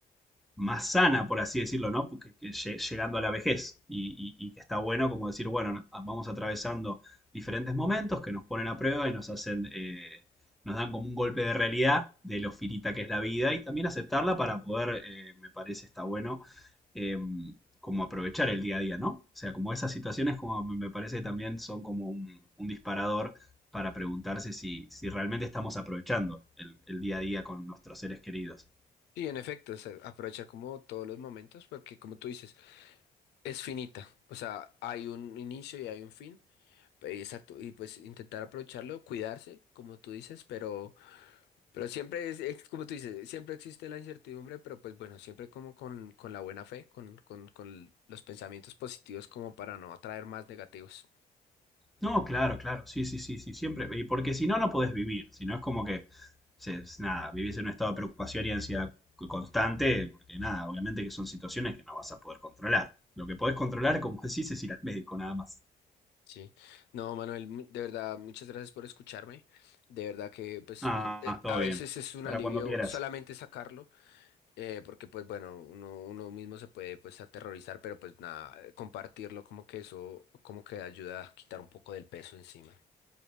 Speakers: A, in the centre; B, on the left.
A: más sana, por así decirlo, ¿no? Porque, que llegando a la vejez y, y- y que está bueno como decir, bueno, no, ah, vamos atravesando diferentes momentos que nos ponen a prueba y nos hacen, eh, nos dan como un golpe de realidad de lo finita que es la vida y también aceptarla para poder, eh, me parece, está bueno, eh, como aprovechar el día a día, ¿no? O sea, como esas situaciones como me me parece que también son como un, un disparador para preguntarse si, si realmente estamos aprovechando el, el día a día con nuestros seres queridos.
B: sí, en efecto, o sea, aprovechar como todos los momentos, porque como tú dices, Es finita, o sea, hay un inicio y hay un fin, eh, exacto, y pues intentar aprovecharlo, cuidarse, como tú dices, pero, pero siempre es, es como tú dices, siempre existe la incertidumbre, pero pues bueno, siempre como con, con la buena fe, con, con, con los pensamientos positivos como para no atraer más negativos.
A: No, claro, claro, sí, sí, sí, sí, siempre. Y porque si no, no podés vivir. Si no, es como que, se- es nada, vivís en un estado de preocupación y ansiedad co- constante, porque nada, obviamente que son situaciones que no vas a poder controlar. Lo que podés controlar, como decís, es ir al médico, nada más.
B: Sí, no, Manuel, mu- de verdad, muchas gracias por escucharme, de verdad que pues
A: Ah,
B: eh, eh,
A: todo
B: a veces
A: bien.
B: es un
A: Para
B: alivio
A: cuando quieras.
B: solamente sacarlo. Eh, porque pues bueno, uno, uno mismo se puede pues aterrorizar, pero pues nada, eh, compartirlo como que eso, como que ayuda a quitar un poco del peso encima.